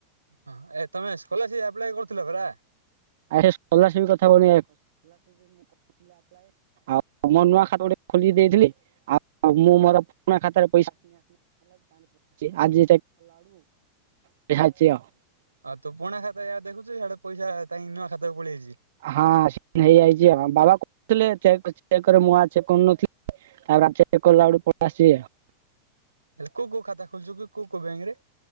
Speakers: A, on the right; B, on the right.
A: ହଁ ଏ ତମେ ସ୍ ଖୋଲସି କରୁଥିଲେ ପରା
B: ଆସେ କୋଲାରସୀପ କଥାପାଇଁ ଆଉୋ ନୂ ଖୋଲି ଦେଇଥିଲି ଆଉ ମୁଁ ମୋରୁ ଖାରୋ ଆଜି ଆ <unintelligible>
A: ହଁ ତୁ ପୁରୁଣା ଖାତା ଦେଖୁଛୁ ପଇସା ନୂଆ ଖାତାକୁ ପଳେଇ ଆଇଛି।
B: ହଁ ସେ ହେଇଯାଇଛି ବାବା କହୁଥିଲେ। ଚକରେ ମୁଁ ଆ ଚେକ କରୁନଥିଲି ତାପରେ ଚେକ କଲାବେଳେ ଆସି ଆଉ।
A: ହେ କୋ କୋଉ ଖାତା ଖୋଲିଚୁ କି କୋଉ କୋଉ ବ୍ୟାଙ୍କ ରେ?